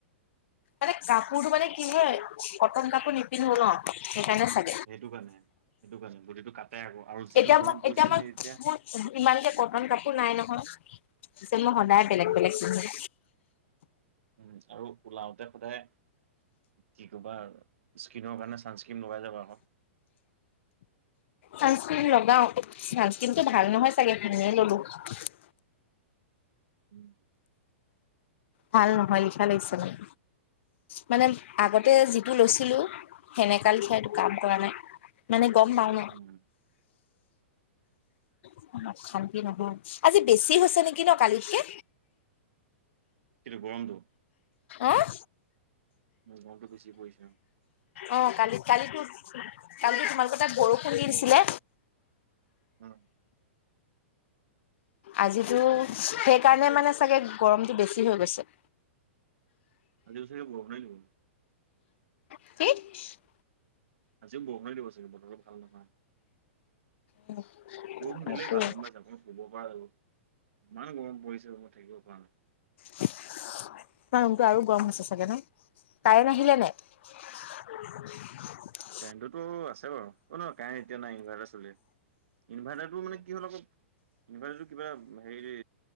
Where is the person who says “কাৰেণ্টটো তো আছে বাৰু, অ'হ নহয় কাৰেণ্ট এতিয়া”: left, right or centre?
Right